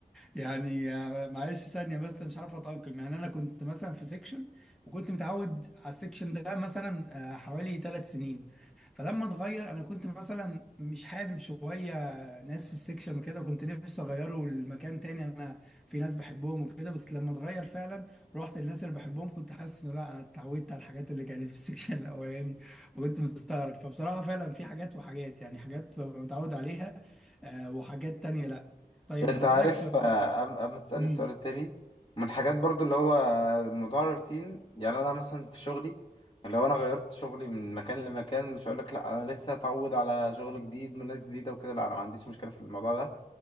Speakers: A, in the centre; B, on the left.
A: يعني آه، معلش ثانية بس مش عارف أتأقلم يعني أنا كنت مثلا في سيكشن وكنت متعود على السيكشن ده مثلا آه، حوالي ثلاث سنين فلما اتغير أنا كنت مثلا مش حابب شوية ناس في السيكشن وكده كنت نفسي أغيره لمكان تاني أنا في ناس بحبهم وكده بس لما اتغير فعلا رحت للناس اللي بحبهم كنت حاسس إنه لا أنا اتعودت على الحاجات اللي كانت في السيكشن <laughs> الأولاني وكنت مستغرب فبصراحة فعلا في حاجات وحاجات يعني حاجات ببقى متعود عليها آه، وحاجات تانية لا طيب
B: يعني أنت
A: هسألك
B: عارف
A: سؤال
B: آه، قبل قبل ما تسألني
A: مم.
B: السؤال التاني من الحاجات برضو اللي هو موضوع الروتين يعني أنا مثلا في شغلي لو أنا غيرت شغلي من مكان لمكان مش هقولك لأ أنا لسه أتعود على شغل جديد وناس جديدة وكده لأ أنا ما عنديش مشكلة في الموضوع ده